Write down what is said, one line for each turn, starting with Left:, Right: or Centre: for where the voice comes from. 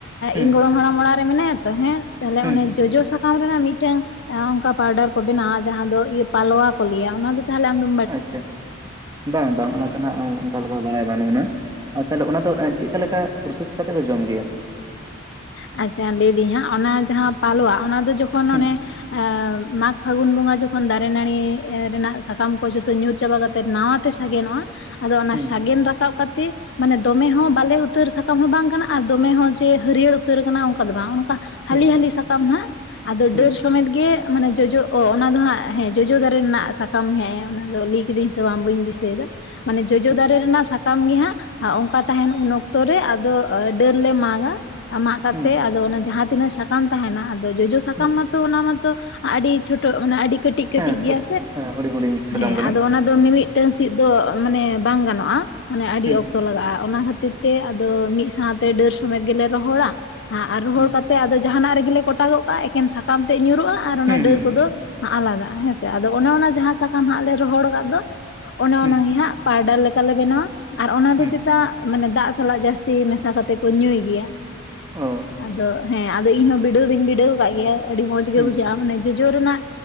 Right: ᱦᱩᱸ
Left: ᱤᱧ ᱜᱚᱲᱚᱢ ᱦᱟᱲᱟᱢ ᱚᱲᱟᱜ ᱨᱮ ᱢᱮᱱᱟᱭᱟ ᱛᱚ ᱦᱮᱸ ᱛᱟᱦᱚᱞᱮ
Right: ᱦᱩᱸ
Left: ᱚᱱᱮ ᱡᱚᱡᱚ ᱥᱟᱠᱟᱢ ᱥᱟᱠᱟᱢ ᱨᱮᱱᱟᱜ ᱢᱤᱫᱴᱟᱝ ᱚᱱᱠᱟ ᱯᱟᱣᱰᱟᱨ ᱠᱚ ᱵᱮᱱᱟᱣᱟ ᱡᱟᱦᱟᱸ ᱫᱚ ᱯᱟᱞᱣᱟ ᱠᱚ ᱞᱮᱭᱟ ᱚᱱᱟ ᱫᱚ ᱛᱟᱦᱚᱞᱮ ᱟᱡᱫᱚ
Right: ᱟᱪᱪᱷᱟ ᱵᱟᱝ ᱵᱟᱝ ᱚᱱᱟᱛᱮ ᱱᱟᱜ ᱚᱱᱠᱟ ᱞᱮᱠᱟ ᱵᱟᱲᱟᱭ ᱵᱟᱹᱱᱩᱜ ᱟᱱᱟ ᱟᱨ ᱛᱟᱦᱚᱞᱮ ᱚᱱᱟ ᱫᱚ ᱪᱮᱫᱠᱟ ᱞᱮᱠᱟ ᱯᱨᱚᱥᱮᱥ ᱠᱟᱛᱮᱫ ᱠᱚ ᱡᱚᱢ ᱜᱮᱭᱟ
Left: ᱟᱪᱪᱷᱟ ᱞᱟᱹᱭᱫᱟᱹᱧ ᱦᱟᱸᱜ ᱚᱱᱟ ᱡᱟᱦᱟᱸ ᱯᱟᱞᱣᱟ ᱚᱱᱟ ᱫᱚ ᱡᱚᱠᱷᱚᱱ
Right: ᱦᱩᱸ
Left: ᱚᱱᱮ ᱢᱟᱜᱽ ᱯᱷᱟᱹᱜᱩᱱ ᱵᱚᱸᱜᱟ ᱡᱚᱠᱷᱚᱱ ᱫᱟᱨᱮ ᱱᱟᱹᱲᱤ ᱨᱮᱱᱟᱜ ᱥᱟᱠᱟᱢ ᱠᱚ ᱡᱚᱛᱚ ᱧᱩᱨ ᱪᱟᱵᱟ ᱠᱟᱛᱮᱫ ᱱᱟᱣᱟ ᱛᱮ ᱥᱟᱜᱮᱱᱚᱜᱼᱟ ᱟᱫᱚ ᱚᱱᱟ
Right: ᱦᱩᱸ
Left: ᱥᱟᱜᱮᱱ ᱨᱟᱠᱟᱵ ᱠᱟᱛ ᱛᱮ ᱢᱟᱱᱮ ᱫᱚᱢᱮ ᱦᱚᱸ ᱵᱟᱞᱮ ᱩᱛᱟᱹᱨ ᱥᱟᱠᱟᱢ ᱦᱚᱸ ᱵᱟᱝ ᱠᱟᱱᱟ ᱟᱨ ᱫᱚᱢᱮ ᱦᱚᱸ ᱡᱮ ᱦᱟᱹᱨᱭᱟᱹᱲ ᱩᱛᱟᱹᱨ ᱠᱟᱱᱟ ᱚᱱᱠᱟ ᱫᱚ ᱵᱟᱝ ᱚᱱᱠᱟ ᱦᱟᱹᱞᱤ
Right: ᱦᱩᱸ
Left: ᱦᱟᱹᱞᱤ ᱥᱟᱠᱟᱢ ᱱᱟᱦᱟᱜ ᱟᱫᱚ
Right: ᱦᱩᱸ
Left: ᱰᱟᱹᱨ ᱥᱚᱢᱮᱛ ᱜᱮ ᱢᱟᱱᱮ ᱡᱚᱡᱚᱜ ᱚ ᱚᱱᱟ ᱫᱚ ᱦᱟᱸᱜ ᱦᱮᱸ ᱡᱚᱡᱚ ᱫᱟᱨᱮ ᱨᱮᱱᱟᱜ ᱥᱟᱠᱟᱢ ᱦᱮᱸ ᱚᱱᱟ ᱫᱚ ᱞᱟᱹᱭ ᱠᱤᱫᱟᱹᱧ ᱥᱮ ᱵᱟᱝ ᱵᱟᱹᱧ ᱫᱤᱥᱟᱹᱭᱮᱫᱟ ᱢᱟᱱᱮ ᱡᱚᱡᱚ
Right: ᱦᱩᱸ
Left: ᱫᱟᱨᱮ ᱨᱮᱱᱟᱜ ᱥᱟ ᱠᱟᱱ ᱜᱮ ᱦᱟᱸᱜ ᱚᱝᱠᱟ ᱛᱟᱦᱮᱱ ᱩᱱ ᱚᱠᱛᱚ ᱨᱮ ᱟᱫᱚ ᱰᱟᱹᱨ ᱞᱮ ᱢᱟᱜᱟ ᱢᱟᱜ ᱠᱟᱛᱮᱜ
Right: ᱦᱩᱸ
Left: ᱟᱫᱚ ᱚᱱᱟ ᱡᱟᱦᱟᱸ ᱛᱤᱱᱟᱹᱜ ᱥᱟᱠᱟᱢ ᱛᱟᱦᱮᱱᱟ ᱟᱫᱚ ᱡᱚᱡᱚ ᱥᱟᱠᱟᱢ
Right: ᱦᱩᱸ
Left: ᱢᱟᱛᱚ ᱚᱱᱟ ᱢᱟᱛᱚ ᱟᱹᱰᱤ ᱪᱷᱳᱴᱳᱜ ᱢᱟᱱᱮ ᱟᱹᱰᱤ ᱠᱟᱹᱴᱤᱡ ᱠᱟᱹᱴᱤᱡ
Right: ᱦᱮᱸ
Left: ᱜᱮᱭᱟ
Right: ᱦᱩᱰᱤᱧ ᱦᱮᱸ ᱦᱩᱰᱤᱧ ᱦᱩᱰᱤᱧ ᱥᱟᱠᱟᱢ
Left: ᱦᱮᱸ
Right: ᱠᱟᱱᱟ
Left: ᱟᱫᱚ ᱚᱱᱟ ᱫᱚ ᱢᱤᱢᱤᱫᱴᱟᱝ ᱥᱤᱫ ᱫᱚ ᱢᱟᱱᱮ ᱵᱟᱝ ᱜᱟᱱᱚᱜᱼᱟ ᱢᱟᱱᱮ ᱟᱹᱰᱤ
Right: ᱦᱩᱸ
Left: ᱚᱠᱛᱚ ᱞᱟᱜᱟᱜᱼᱟ ᱚᱱᱟ ᱠᱷᱟᱹᱛᱤᱨ ᱛᱮ ᱟᱫᱚ ᱢᱤᱫ ᱥᱟᱶᱛᱮ ᱰᱟᱹᱨ ᱥᱚᱢᱮᱛ ᱜᱮᱞᱮ ᱨᱚᱦᱚᱲᱟ ᱟᱨ ᱨᱚᱦᱚᱲ
Right: ᱦᱩᱸ
Left: ᱠᱟᱛ ᱛᱮ ᱟᱫᱚ ᱡᱟᱦᱟᱱᱟᱜ ᱨᱮᱜᱮᱞᱮ ᱠᱚᱴᱟᱜᱚᱜ ᱠᱟᱜᱼᱟ ᱮᱠᱮᱱ ᱥᱟᱠᱟᱢ ᱛᱮ ᱧᱩᱨᱩᱜᱼᱟ ᱟᱨ ᱚᱱᱟ
Right: ᱦᱩᱸ
Left: ᱰᱟᱹᱨ
Right: ᱦᱩᱸ
Left: ᱠᱚᱫᱚ ᱟᱞᱟᱫᱟ ᱦᱮᱸᱥ ᱥᱮ ᱟᱫᱚ ᱚᱱᱮ ᱚᱱᱟ ᱡᱟᱦᱟᱸ ᱥᱟᱠᱟᱢ ᱦᱟᱸᱜ ᱞᱮ ᱨᱚᱦᱚᱲ ᱟᱠᱟᱫ ᱫᱚ ᱚᱱᱮ ᱚᱱᱟᱱᱟᱜᱮ
Right: ᱦᱩᱸ
Left: ᱦᱟᱸᱜ ᱯᱟᱣᱰᱟᱨ ᱞᱮᱠᱟᱞᱮ ᱵᱮᱱᱟᱣᱟ ᱟᱨ ᱚᱱᱟ ᱫᱚ
Right: ᱦᱩᱸ
Left: ᱪᱮᱛᱟᱜ ᱢᱟᱱᱮ ᱫᱟᱜ ᱥᱟᱞᱟᱜ ᱡᱟᱹᱥᱛᱤ ᱢᱮᱥᱟ ᱠᱟᱛᱮ ᱠᱚ ᱧᱩᱭ ᱜᱮᱭᱟ
Right: ᱚ
Left: ᱟᱫᱚ ᱦᱮᱸ ᱟᱫᱚ ᱤᱧ ᱦᱚᱸ ᱵᱤᱰᱟᱹᱣ ᱫᱚᱧ ᱵᱤᱰᱟᱹᱣ ᱟᱠᱟᱫ ᱜᱮᱭᱟ ᱟᱹᱰᱤ ᱢᱚᱸᱡᱽ ᱜᱮ
Right: ᱦᱩᱸ
Left: ᱵᱩᱡᱷᱟᱹᱜᱼᱟ ᱢᱟᱱᱮ ᱡᱚᱡᱚ ᱨᱮᱱᱟᱜ